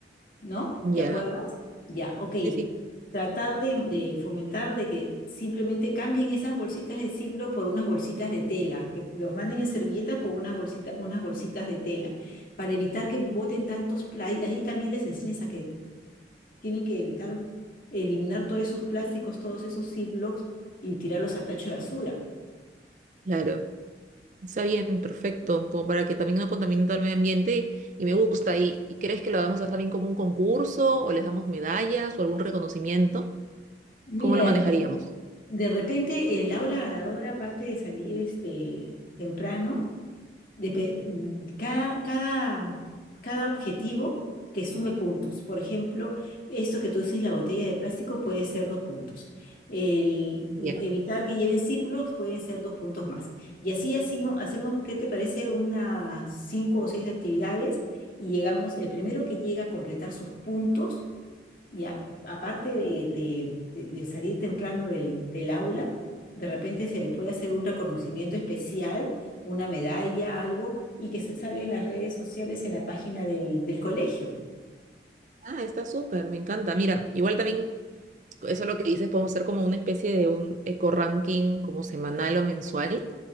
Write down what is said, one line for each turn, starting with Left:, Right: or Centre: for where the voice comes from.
Left: ¿no?
Right: Ya.
Left: ¿Te acuerdas? Ya, ok.
Right: Sí, sí,
Left: Tratar de, de fomentar de que simplemente cambien esas bolsitas de Ziploc por unas bolsitas de tela, que los manden en servilletas con unas bolsitas, unas bolsitas de tela, para evitar que boten tantos play. Ahí también les enseñas a que tienen que evitar eliminar todos esos plásticos, todos esos Ziplocs y tirarlos al tacho de basura.
Right: claro. Está bien, perfecto. Como para que también no contamine todo el medio ambiente. Y me gusta. ¿Y, y crees que lo vamos a hacer también como un concurso? ¿O les damos medallas o algún reconocimiento?
Left: Mira,
Right: ¿Cómo lo
Left: de
Right: manejaríamos?
Left: repente, de repente el aula ganadora, aparte de salir este, temprano, depe- mm, cada, cada, cada objetivo que sume puntos. Por ejemplo, eso que tú dices, la botella de plástico puede ser dos puntos. El
Right: Bien.
Left: el evitar que lleven círculos pueden ser dos puntos más. Y así hacimo- hacemos, ¿qué te parece? Unas cinco o seis actividades y llegamos, el primero que llega a completar sus puntos y a- aparte de, de- de- de salir temprano del, del aula, de repente se le puede hacer un reconocimiento especial, una medalla, algo, y que se salga en las redes sociales, en la página del, del colegio.
Right: Ah, está súper, me encanta. Mira, igual también, eso lo que dices, podemos hacer como una especie de un eco-ranking como semanal o mensual,